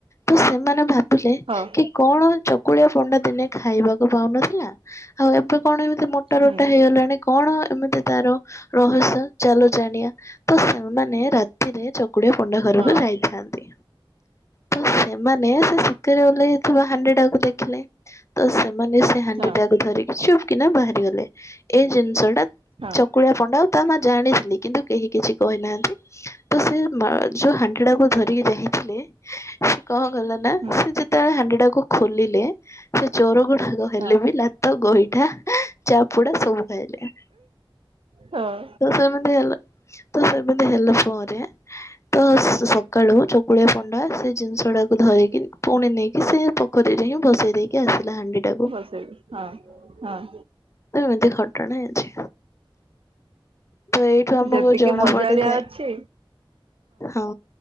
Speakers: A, on the left (about 30°); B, on the right (about 80°).
A: ତ ସେମାନେ ଭା କି
B: ହଁ
A: କଣ ଚକୁଳିଆ ପଣ୍ଡା ଦିନେ ଖାଇବାକୁ ପାଉନଥିଲା, ଆଉ ଏବେ କଣ ଏ ଏତେ ମୋଟା
B: ହୁଁ
A: ରୋଟା ହେଇଗଲାଣି କଣ ଏମିତି ତାର ରହସ୍ୟ ଚାଲ ଜାଣିବା ତ ସେମାନେ ରାତିରେ ଚ କୁଡ଼ିଏ ପଣ୍ଡା ଘରକୁ
B: ହଁ
A: ଯାଇଥାନ୍ତି। ତ ସେମାନେ ସେ ଶିକାରେ ଓହ୍େଇଥିବା ହାଣ୍ଡି ଟାକୁ ଦେଖିଲେ। ତ ସେମାନେ ସେ ହାଣ୍ଡି
B: ହଁ
A: ଟାକୁ ଧରିକି ଚୁପକିନା ବାହାରିଗଲେ ଏଇ ଜିନିଷ ଟା
B: ହଁ
A: ଚକୁଳିଆ ପଣ୍ଡା ତା ମା ଜାଣିଥିଲି କିନ୍ତୁ କିଛି କହିନାହାନ୍ତି ତ ସେ ମା ଯୋଉ ହାଣ୍ଡି ଟାକୁ ଧରିକି ଯାଇଥିଲେ କକଲେନା
B: ହୁଁ
A: ସେ ଯେତେବେଳେ ହାଣ୍ଡି ତାକୁ ଖୋଲିଲେ ସେ ଚୋର ଗୁଡାକ ହେଲେ
B: ହଁ
A: ବି ଲାତ ଗହିଠା ଚାପୁଡା ସବୁ ଖାଇଲେ
B: ହଁ
A: ସେମିତି ହେଲ ତ ସେମିତି ହେଲା ପରେ ତ ସକାଳୁ ଚକୁଳିଆ ପଣ୍ଡା ସେ ଜିନିଷ ଟାକୁ ଧରିକି ପୁଣି ନେଇକି ସେ ପୋଖରୀରେ ହିଁ ବସେଇ ଦେଇକି ଆସିଲେ। ହାଣ୍ଡି ଟାକୁ
B: ବସେଇବି ହଁ ହଁ
A: ଏମିତି ଘଟଣାଅଛି ତ ଏଇଠୁ ଆମକୁ
B: ଯେତିକି
A: ଜଣା
B: ମଜାଳିଆ
A: ପଡିଥାଏ
B: ଅଛି
A: ହଁ